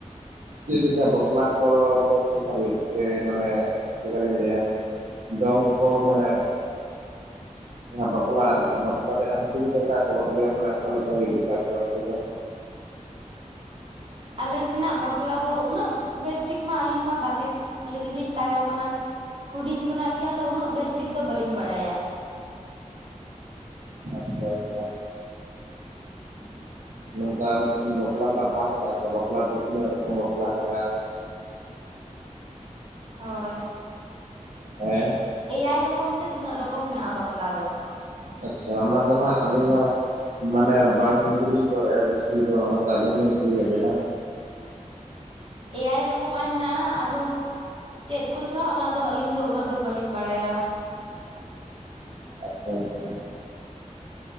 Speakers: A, on the right (about 75°); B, on the right (about 45°).
A: ᱪᱮᱫ ᱞᱮᱠᱟ ᱵᱟᱯᱞᱟ ᱠᱚ ᱫᱚ ᱪᱮᱫ ᱞᱮᱠᱟ ᱦᱩᱭᱩᱜ ᱜᱮᱛᱮ ᱢᱟᱱᱮ ᱪᱮᱫᱠᱟᱞᱤᱧ ᱞᱟᱹᱭᱟ ᱫᱚᱝ ᱠᱚ ᱢᱟᱱᱮ ᱡᱟᱦᱟᱸ ᱵᱟᱯᱞᱟ ᱟᱨᱠᱤ ᱵᱟᱯᱞᱟ ᱨᱮᱭᱟᱜ ᱦᱟᱹᱴᱤᱧ ᱫᱚ ᱢᱮᱱᱟᱜ ᱛᱟᱵᱚᱱ ᱜᱮᱭᱟ ᱢᱟᱱᱮ ᱚᱠᱟ ᱞᱮᱠᱟ ᱦᱩᱭᱩᱜ ᱜᱮ ᱛᱟᱯᱮᱭᱟ ᱚᱱᱛᱮ ᱫᱚ᱾ <inaudible>
B: ᱟᱞᱮ ᱥᱮᱱᱟᱜ ᱵᱟᱯᱞᱟ ᱫᱚ ᱩᱱᱟᱹᱜ ᱵᱮᱥᱴᱷᱤᱠ ᱢᱟ ᱟᱹᱞᱤᱧ ᱢᱟ ᱵᱟᱦᱨᱮ ᱞᱮᱜᱮ ᱞᱤᱧ ᱛᱟᱦᱮᱸᱣ ᱠᱟᱱᱟ᱾ ᱦᱩᱰᱤᱧ ᱠᱷᱚᱱᱟᱜ ᱜᱮ ᱟᱫᱚ ᱩᱱᱟᱹᱜ ᱵᱮᱥᱴᱷᱤᱠ ᱫᱚ ᱵᱟᱹᱞᱤᱧ ᱵᱟᱲᱟᱭᱟ᱾
A: ᱟᱪᱪᱷᱟ ᱟᱪᱪᱷᱟ
B: <unintelligible>
A: ᱱᱚᱝᱠᱟ ᱢᱤᱫᱴᱮᱱ ᱵᱟᱯᱞᱟ ᱨᱮᱱᱟᱜ ᱵᱷᱟᱜᱽ ᱢᱮᱱᱟᱜ-ᱟ ᱵᱟᱯᱞᱟ ᱫᱚ ᱛᱤᱱᱟᱹᱜ ᱨᱚᱠᱚᱢ ᱵᱟᱯᱞᱟ ᱠᱟᱱᱟ᱾
B: ᱦᱳᱭ
A: ᱦᱮᱸ
B: ᱮᱭᱟᱭ ᱨᱚᱠᱚᱢ ᱥᱮ ᱛᱤᱱᱟᱹᱜ ᱨᱚᱠᱚᱢ ᱦᱮᱱᱟᱜ-ᱟ ᱵᱟᱯᱞᱟ ᱫᱚ
A: ᱟᱪᱪᱷᱟ ᱚᱱᱟ ᱫᱚ ᱦᱟᱸᱜ ᱟᱞᱤᱧ ᱦᱚᱸ ᱢᱟᱱᱮ ᱵᱟᱝ ᱜᱮᱞᱤᱧ ᱵᱟᱰᱟᱭᱟ ᱵᱮᱥᱴᱷᱤᱠ ᱫᱚ ᱚᱱᱟᱛᱮ ᱟᱵᱮᱱ ᱞᱤᱧ ᱠᱩᱞᱤ ᱠᱮᱫ ᱵᱤᱱᱟ᱾
B: ᱮᱭᱟᱭ ᱨᱚᱠᱚᱢᱟᱜ ᱦᱮᱱᱟᱜᱼᱟ ᱟᱫᱚ ᱪᱮᱫ ᱠᱚᱪᱚ ᱚᱱᱟᱫᱚ ᱟᱹᱞᱤᱧ ᱫᱚ ᱩᱱᱟᱹᱜ ᱫᱚ ᱵᱟᱹᱞᱤᱧ ᱵᱟᱲᱟᱭᱟ᱾
A: <inaudible> ᱟᱪᱪᱷᱟ